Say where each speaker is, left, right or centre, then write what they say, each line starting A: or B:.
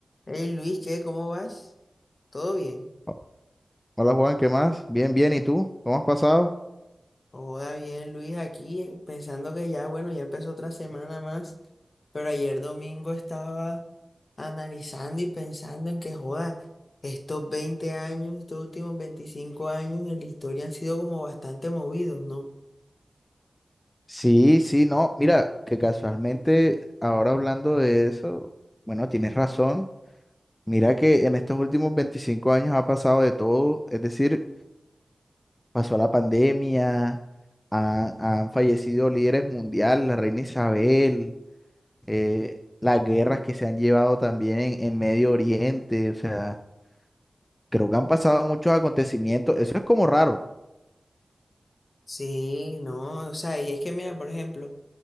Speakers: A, on the left; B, on the left.
A: Hey Luis, ¿qué? ¿Cómo vas? ¿Todo bien?
B: Oh, Hola Juan, ¿qué más? Bien, bien, ¿y tú? ¿Cómo has pasado?
A: Hola, bien, Luis, aquí eh, pensando que ya, bueno, ya empezó otra semana más, pero ayer domingo estaba analizando y pensando en que, joda, estos 20 años, estos últimos 25 años en la historia han sido como bastante movidos, ¿no?
B: Sí, sí, no, mira, que casualmente ahora hablando de eso, bueno, tienes razón. Mira que en estos últimos 25 años ha pasado de todo, es decir, pasó la pandemia, ha- han fallecido líderes mundiales, la reina Isabel, eh, las guerras que se han llevado también en Medio Oriente, o sea, creo que han pasado muchos acontecimientos, eso es como raro,
A: Sí, no, o sea, y es que mira, por ejemplo,